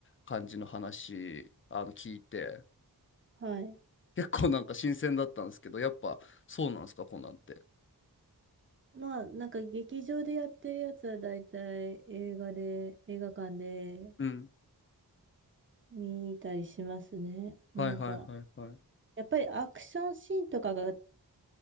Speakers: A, on the left (about 35°); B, on the right (about 30°).
A: 感じの話あの聞いて、
B: はい。
A: 結構なんか新鮮だったんですけど、やっぱそうなんですか、コナンって。
B: まあ、なんか劇場でやってるやつは大体映画で、映画館で
A: うん。
B: 見たりしますね。なんか、
A: はいはいはいはい。
B: やっぱりアクションシーンとかが